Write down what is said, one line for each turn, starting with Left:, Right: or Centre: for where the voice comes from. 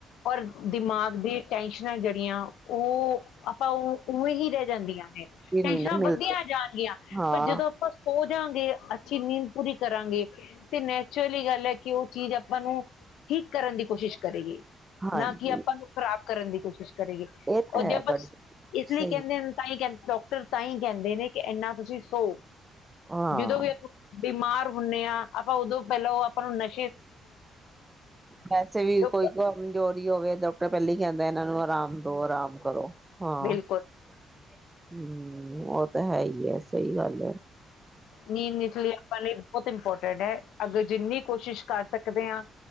Left: ਔਰ ਦਿਮਾਗ ਦੀ ਟੈਂਸ਼ਨਾਂ ਜਿਹੜੀਆਂ ਉਹ ਆਪਾਂ ਉਹ ਉਵੇਂ ਹੀ ਰਹਿ ਜਾਂਦੀਆਂ ਨੇ
Right: ਵੀ
Left: ਟੈਸ਼ਨਾਂ
Right: ਨੀ ਨਾ
Left: ਵੱਧੀਆਂ
Right: ਮਿਲਦਾ
Left: ਜਾਣਗੀਆਂ
Right: ਹਾਂ
Left: ਪਰ ਜਦੋਂ ਆਪਾਂ ਸੋਚ ਗੇ ਅੱਛੀ ਨੀਂਦ ਪੂਰੀ ਕਰਾਂਗੇ ਤੇ ਨੈਚੁਰਲੀ ਗੱਲ ਐ ਕਿ ਉਹ ਚੀਜ਼ ਆਪਾਂ ਨੂੰ ਠੀਕ ਕਰਨ ਦੀ ਕੋਸ਼ਿਸ਼ ਕਰੀਏ
Right: ਹਾਂਜੀ
Left: ਨਾ ਕਿ ਆਪਾਂ ਨੂੰ ਖਰਾਬ ਕਰਨ ਦੀ ਕੋਸ਼ਿਸ਼। ਕਰੀਏ
Right: ਇਹ ਤਾਂ
Left: ਉਹ
Right: ਹੈ
Left: ਦੇ ਆਪਾਂ
Right: ਤੁਹਾਡੀ
Left: ਇਸ
Right: ਸਹੀ
Left: ਲਈ ਕਹਿੰਦੇ ਨੇ ਤਾਂਹੀ। ਕਹਿੰਦੇ ਡਾਕਟਰ ਤਾਂ ਹੀ ਕਹਿੰਦੇ ਨੇ ਕਿ ਇੰਨਾ ਤੁਸੀਂ ਸੋ
Right: ਹਾਂ
Left: ਜਦੋਂ ਵੀ ਆਪਾਂ ਬਿਮਾਰ ਹੁੰਨੇ ਆ। ਆਪਾਂ ਉਦੋਂ ਪਹਿਲਾਂ ਉਹ ਆਪਾਂ ਨੂੰ ਨ
Right: ਵੈਸੇ ਵੀ
Left: ਤੇ ਉਹ
Right: ਕੋਈ ਕਮਜ਼ੋਰੀ ਹੋਵੇ ਤਾਂ ਤਾਂ ਪਹਿਲੀ ਕਹਿੰਦਾ ਇਹਨਾਂ ਨੂੰ ਆਰਾਮ ਦੋ ਆਰਾਮ ਕਰੋ। ਹਾਂ
Left: ਬਿਲਕੁਲ
Right: ਹੂੰ। ਹੂੰ ਉਹ ਤਾਂ ਹੈ ਹੀ ਹੈ ਸਹੀ ਗੱਲ ਐ।
Left: ਨੀਂਦ <unintelligible> ਆਪਣੇ ਲਈ ਬਹੁਤ ਇੰਪੋਰਟੈਂਟ ਹੈ ਅਗਰ ਜਿੰਨੀ ਕੋਸ਼ਿਸ਼ ਕਰ ਸਕਦੇ ਹਾਂ